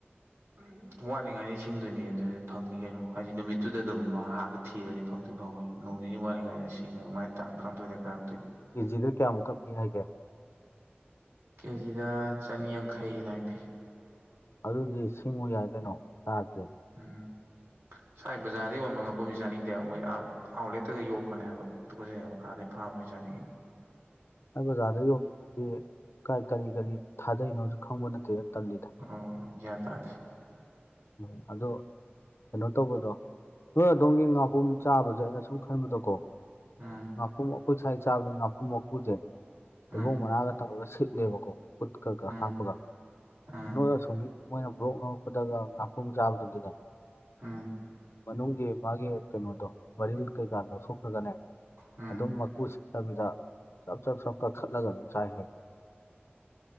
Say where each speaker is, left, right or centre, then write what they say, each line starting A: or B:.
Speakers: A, on the right; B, on the left.
A: ꯎꯝ ꯋꯥꯠꯂꯤꯉꯩꯗ ꯁꯤꯡꯗꯨꯅꯤ ꯑꯗꯨꯗꯤ ꯐꯪꯅꯤ ꯀꯩꯅꯣ ꯍꯥꯏꯗꯤ ꯅꯨꯃꯤꯠꯇꯨꯗ ꯑꯗꯨꯝ ꯍꯥꯟꯒ ꯊꯤꯔꯗꯤ ꯐꯪꯁꯨ ꯐꯪꯉꯣꯏ ꯅꯣꯡ ꯅꯤꯅꯤ ꯋꯥꯠꯂꯤꯉꯥꯏꯗꯩ ꯁꯤꯡꯉ ꯃꯥꯏ ꯇꯥꯡ ꯇꯔꯥꯃꯊꯣꯏꯗ ꯀꯥꯏ
B: ꯀꯦꯖꯤꯗ ꯀꯌꯥꯃꯨꯛꯀ ꯄꯤ ꯍꯥꯏꯒꯦ
A: ꯀꯦꯖꯤꯗ ꯆꯅꯤꯌꯥꯡꯈꯩ ꯑꯗꯥꯏꯟ ꯄꯤ
B: ꯑꯗꯨꯗꯤ ꯁꯤꯡꯉꯨ ꯌꯥꯏ ꯀꯩꯅꯣ ꯆꯥꯖꯤ
A: ꯎꯝ ꯁꯥꯏ ꯕꯖꯥꯔꯗ ꯌꯣꯟꯕ ꯉꯥꯄꯔ꯭ꯨꯝꯗꯤ ꯆꯥꯅꯤꯡꯗꯦ ꯍꯥꯏꯕ ꯃꯣꯏ ꯑꯥ ꯑꯥꯎꯠꯂꯦꯠꯇꯒ ꯌꯣꯛꯄꯅꯦ ꯍꯥꯏꯕ ꯇꯨꯒꯨꯖꯩ ꯍꯥꯏꯕ ꯑꯥꯗꯩ ꯐꯥꯕ ꯑꯣꯏ ꯆꯥꯅꯤꯡꯉꯤ
B: ꯑꯩ ꯕꯖꯥꯔꯗ ꯌꯣꯟꯕꯗꯨꯗꯤ ꯀꯥꯏ ꯀꯔꯤ ꯀꯔꯤ ꯊꯥꯗꯩꯅꯣꯁꯨ ꯈꯪꯕ ꯅꯠꯇꯦꯗ ꯇꯜꯂꯤꯗ꯫
A: ꯑꯣ ꯍꯣꯏ ꯍꯣꯏ ꯒꯌ꯭ꯥꯟ ꯇꯥꯗꯤ
B: ꯎꯝ ꯑꯗꯣ ꯀꯩꯅꯣ ꯇꯧꯕꯗꯣ ꯅꯣꯏ ꯑꯗꯣꯝꯒꯤ ꯉꯥꯄꯔ꯭ꯨꯝ ꯆꯥꯕꯖꯦ ꯑꯩꯅ ꯁꯨꯝ ꯈꯟꯕꯗꯣꯀꯣ
A: ꯎꯝ
B: ꯉꯄꯨꯝ ꯑꯈꯣꯏ ꯁꯥꯏ ꯆꯥꯕꯖꯤ ꯉꯥꯄꯨꯝ ꯃꯀꯨꯖꯦ ꯍꯩꯕꯣꯡ
A: ꯎꯝ
B: ꯃꯅꯥꯒ ꯇꯧꯔꯒ ꯁꯤꯠꯂꯦꯕꯀꯣ ꯎꯠꯀꯒ
A: ꯎꯝ
B: ꯍꯥꯞꯄꯒ
A: ꯎꯝ
B: ꯅꯣꯏ ꯑꯁꯣꯝꯒꯤ ꯃꯣꯏꯅ ꯕ꯭ꯂꯣꯛ ꯅꯝꯃꯛꯄꯗꯒꯥꯡ ꯉꯄꯨꯝ ꯆꯥꯕꯗꯨꯗꯤꯅꯦ
A: ꯎꯝ
B: ꯃꯅꯨꯡꯒꯤ ꯃꯥꯒꯤ ꯀꯩꯅꯣꯗꯣ ꯃꯔꯤꯜ ꯀꯩꯀꯥ ꯂꯧꯊꯣꯛꯈ꯭ꯔꯒꯅꯦ
A: ꯎꯝ
B: ꯑꯗꯨꯝ ꯃꯀꯨꯁ ꯇꯕꯤꯗ ꯆꯞ ꯆꯞ ꯆꯞ ꯀꯛꯊꯠꯂꯒ ꯑꯗꯨꯝ ꯆꯥꯏ ꯍꯥꯏꯕ